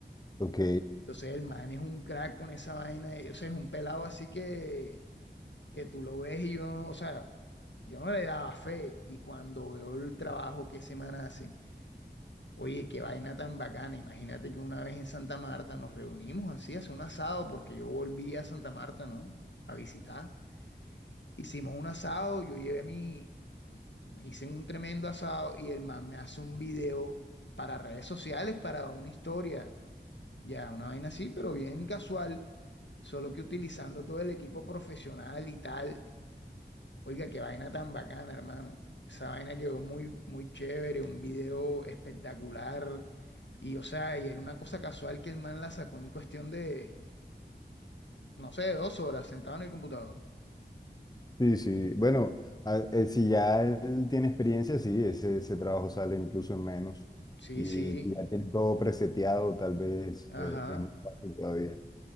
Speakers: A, on the left (about 20°); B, on the left (about 80°).
A: Ok.
B: Entonces el man es un crack con esa vaina, y, o sea, es un pelado así que, que tú lo ves y yo, o sea, yo no le daba fe y cuando veo el trabajo que ese man hace, oye, qué vaina tan bacana, imagínate que una vez en Santa Marta nos reunimos así, hace un asado, porque yo volví a Santa Marta, ¿no? A visitar. Hicimos un asado, yo llevé mi, hice un tremendo asado y el man me hace un video para redes sociales, para una historia. Ya, una vaina así, pero bien casual, solo que utilizando todo el equipo profesional y tal. Oiga, qué vaina tan bacana, hermano. Esa vaina quedó muy, muy chévere, un video espectacular. Y, o sea, y era una cosa casual que el man la sacó en cuestión de, no sé, dos horas sentado en el computador.
A: Sí, sí. Bueno, a- eh, si ya él tiene experiencia, sí, ese, ese trabajo sale incluso en menos.
B: Sí,
A: Y
B: sí,
A: si ya tiene todo preseteado, tal vez
B: ajá.
A: eh, es más fácil todavía.